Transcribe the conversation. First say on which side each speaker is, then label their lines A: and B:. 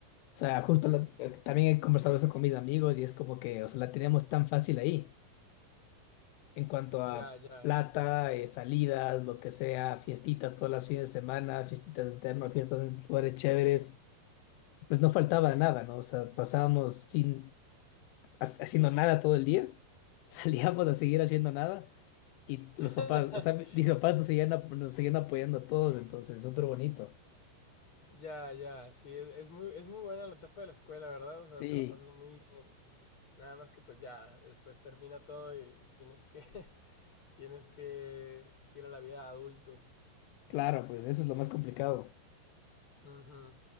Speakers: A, on the left (about 85°); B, on the left (about 30°).
A: o sea, justo la- también he conversado eso con mis amigos y es como que, o sea, la teníamos tan fácil ahí. en cuanto a
B: Ya, ya.
A: plata, eh, salidas, lo que sea, fiestitas todas las fines de semana, fiestitas en terno, fiestas en lugares chéveres, pues no faltaba nada, ¿no? O sea, pasábamos sin ha- haciendo nada todo el día, <laughs> salíamos a seguir haciendo nada y
B: <laughs>
A: los papás, o sea, mis papás nos seguían, ap- nos seguían apoyando a todos, entonces, súper bonito.
B: Ya, ya. Sí, es, es muy, es muy buena la etapa de la escuela, ¿verdad? O sea,
A: Sí,
B: te la pasas muy bien. Nada más que pues ya, después termina todo y tienes que, <laughs> tienes que ir a la vida de adulto.
A: claro, pues eso es lo más complicado.
B: Ujú.